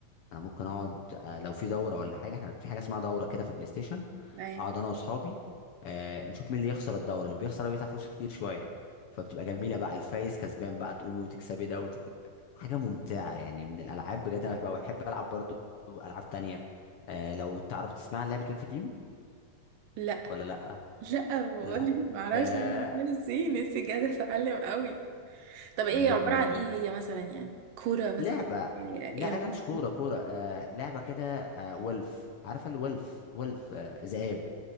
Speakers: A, on the left; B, on the right.
A: انا ممكن اقعد آه، لو في دوره ولا حاجه احنا في حاجه اسمها دوره كده في بلاي ستيشن
B: ايوه
A: اقعد انا واصحابي آه، نشوف مين اللي يخسر الدوره اللي بيخسر هو بيدفع فلوس كتير شويه فبتبقى جميله بقى الفايز كسبان بقى تقومي وتكسبي ده وتك... حاجه ممتعه يعني من الالعاب بجد انا بحب بحب العب برضو العاب تانية آه، لو تعرف تسمع عن لعبه ولف تيم
B: لا
A: ولا لا
B: لا بقول
A: لا
B: <laughs> معرفش
A: آه،
B: مين نسي نسي جاد اتعلم قوي طب ايه
A: مدمن
B: عبارة عن ايه هي مثلا يعني كورة مثلا
A: لعبه
B: ايه
A: لا
B: إيه عبارة
A: لا مش كوره
B: عن ايه
A: كوره آه، لعبه كده آه، ولف عارفه الولف ولف آه، ذئاب